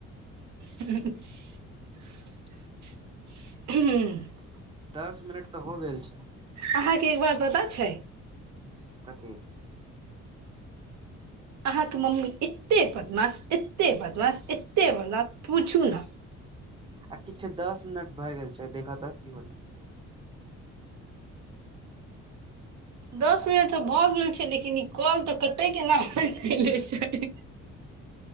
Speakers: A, on the right (about 70°); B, on the right (about 15°).
A: ह
B: दस मिनट तऽ हो गेल छै
A: अहाँके एक बात पता छै
B: कतेक
A: अहाँके मम्मी एतेक बदमाश एतेक बदमाश एतेक बदमाश पूछू ने
B: आ ठीक छै दस मिनट भए गेल छै देखऽ तऽ की होल
A: दस मिनट तऽ भऽ गेल छै लेकिन ई कल तऽ कटै केनाै छै